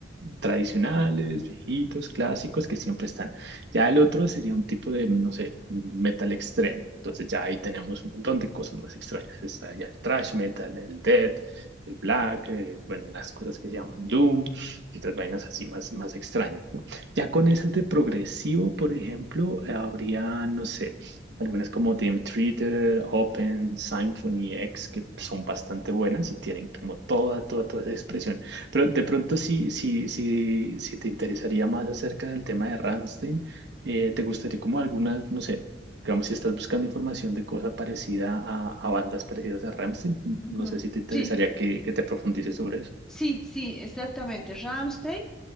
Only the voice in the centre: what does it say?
Ujú.
Sí,
sí, sí, exactamente. Rammstein,